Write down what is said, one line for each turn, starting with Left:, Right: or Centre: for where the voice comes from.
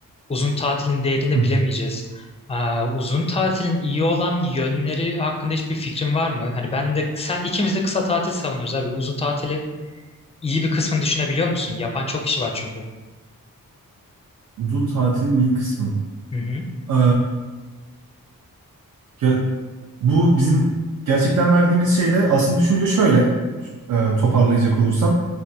Left: uzun tatilin değerini
Right: Hı,
Left: bilemeyeceğiz. A, Uzun tatilin iyi olan yönleri hakkında hiçbir fikrin var mı? Hani ben de sen ikimiz de kısa tatil savunuyoruz abi. Uzun tatili iyi bir kısmını düşünebiliyor musun? Yapan çok kişi var çünkü.
Right: Uzun tatilin iyi kısmı.
Left: Hı hı,
Right: Ee, ya Bu bizim gerçekten verdiğimiz şeyde aslında düşünüyor şöyle e, toparlayacak olursam.